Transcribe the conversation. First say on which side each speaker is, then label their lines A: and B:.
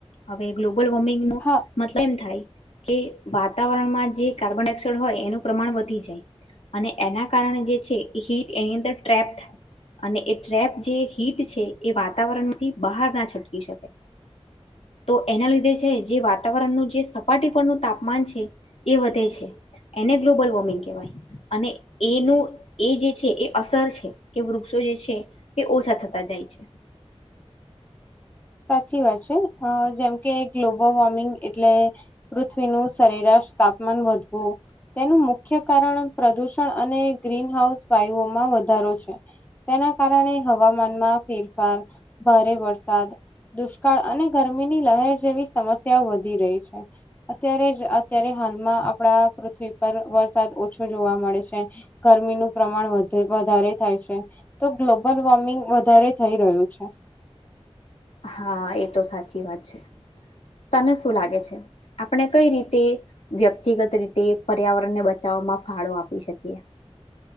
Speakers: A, on the left; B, on the left.
A: હવે ગ્લોબલ વોર્મિંગ ન
B: હા
A: મતલબ એમ થાય કે વાતાવરણમાં જે કાર્બન ડાયોક્સાાઈડ હોય એનું પ્રમાણ વધી જાય અને એના કારણે જે છે હીટ એની અંદર ટ્રેપ થાય. અને એ ટ્રેપ જે હીટ છે એ વાતાવરણથી બહાર ના છટકી શકે
B: <inaudible>
A: તો એના લીધે છે જે વાતાવરણનું જે સપાટી પરનું તાપમાન છે એ વધે છે. એને ગ્લોબલ વોર્મિંગ કહેવાય અને એનું એ જે છે એ અસર છે કે વૃક્ષો જે છે એ ઓછા થતા જાય છે.
B: <inaudible> સાચી વાત છે હા જેમ કે ગ્લોબલ વોર્મિંગ એટલે પૃથ્વીનું સરેરાશ તાપમાન વધવું તેનું મુખ્ય કારણ પ્રદુષણ અને ગ્રીન હાઉસ વાયુઓમાં વધારો છે ના કારણે હવામાનમાં ફેરફાર ભારે વરસાદ દુષ્કાળ અને ગરમીની લહેર જેવી સમસ્યાઓ વધી રહી છે અત્યારે જ અત્યારે હાલમાં આપણા પૃથ્વી પર વરસાદ ઓછો જોવા મળે છે ગરમીનું પ્રમાણ વધે વધારે થાય છે તો ગ્લોબલ વોર્મિંગ વધારે થઈ રહ્યું છે
A: હા એ તો સાચી વાત છે તને શું લાગે છે આપણે કઈ રીતે વ્યક્તિગત રીતે પર્યાવરણ ને બચાવ બચાવવામમાં ફાળો આપી શકીએ